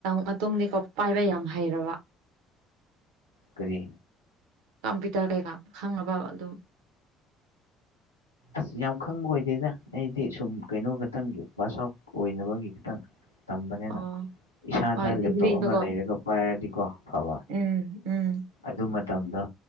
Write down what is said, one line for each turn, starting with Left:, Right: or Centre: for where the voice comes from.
Right: ꯃꯇꯨꯡꯗꯤꯀꯣ ꯄꯥꯏꯕ ꯌꯥꯝ ꯍꯩꯔꯕ
Left: ꯀꯔꯤ
Right: ꯀꯝꯄ꯭ꯌꯨꯇꯔ ꯀꯩꯀꯥ ꯈꯪꯉꯕ ꯑꯗꯨꯝ
Left: ꯑ ꯌꯥꯝ ꯈꯪꯕ ꯑꯣꯏꯗꯦꯗ ꯑꯩꯗꯤ ꯁꯨꯝ ꯀꯩꯅꯣ ꯈꯛꯇꯪꯒꯤ ꯄꯥꯁ ꯑꯥꯎꯠ ꯑꯣꯏꯅꯕꯒꯤ ꯈꯤꯇꯪ ꯇꯝꯕꯅꯤꯅ
Right: ꯑꯣ
Left: ꯏꯁꯥꯗ
Right: ꯍꯣꯏ ꯗꯤꯒ꯭ꯔꯤꯗꯀꯣ
Left: ꯂꯦꯞꯇꯣꯞ ꯑꯃ ꯂꯩꯔꯒ ꯄꯥꯏꯔꯗꯤꯀꯣ ꯐꯕ
Right: ꯎꯝ ꯎꯝ
Left: ꯑꯗꯨ ꯃꯇꯝꯗꯣ